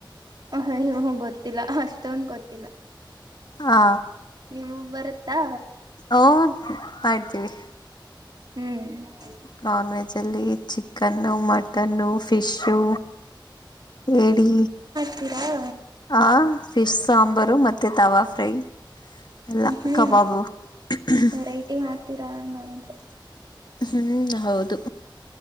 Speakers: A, on the right; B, on the left.
A: ಅಯ್ಯೋ ಗೊತ್ತಿಲ್ಲ ಅಷ್ಟೊಂದು ಗೊತ್ತಿಲ್ಲ.
B: ಹಾ
A: ನಿಮಗ್ ಬರುತ್ತಾ
B: ಓ ಮಾಡ್ತೀವಿ.
A: ಹ್ಮ್
B: ನಾನ್ ವೆಜ್ ಅಲ್ಲಿ ಚಿ ಚಿಕನ್ನು ಮಟನ್ನು ಫಿಶು ಏಡಿ
A: ತೀರಾ.
B: ಆ ಫಿಶ್ ಸಾಂಬಾರು ಮತ್ತೆ ತವಾ ಫ್ರೈ. ಎಲ್ಲ
A: ಹ್ಮ್
B: ಕಬಾಬು <unintelligible>
A: ವೆರೈಟಿ ಮಾಡ್ತೀರಾ ಹಂಗಂದ್ರೆ
B: ಹ್ಮ್ ಹೌದು.